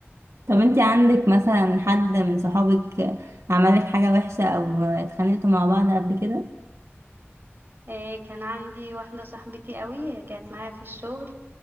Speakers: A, on the right (about 85°); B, on the right (about 50°).
A: طب انتي عندك مثلا حد من صحابك عملك حاجه وحشه او اتخانقتوا مع بعض قبل كده
B: آه، كان عندي واحده صاحبتي قوي كانت معايا في الشغل